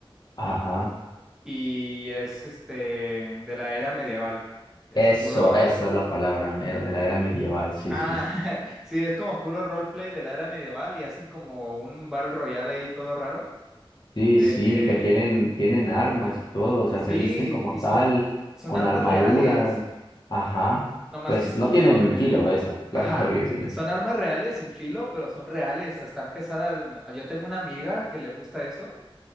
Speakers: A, on the left (about 50°); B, in the centre.
A: Ajá.
B: y es este, de la era medieval. Es
A: Eso,
B: puro,
A: esa
B: es,
A: es la palabra, mira, de la era medieval, sí,
B: ah,
A: sí, sí.
B: <laughs> sí, es como puro roleplay de la era medieval y hacen como un battle royal ahí todo raro.
A: Sí,
B: De
A: sí,
B: que
A: que tienen, tienen armas y todo, o sea,
B: sí,
A: se visten como
B: y
A: tal,
B: son, son
A: con
B: armas
A: armaduras,
B: reales,
A: ajá,
B: nomás
A: pues
B: que sin
A: no
B: filo,
A: tienen
B: obviamente.
A: filo eso, claro,
B: Ajá,
A: <laughs> porque si no.
B: son armas reales sin filo, pero son reales, o sea, están pesadas. Yo tengo una amiga que le gusta eso,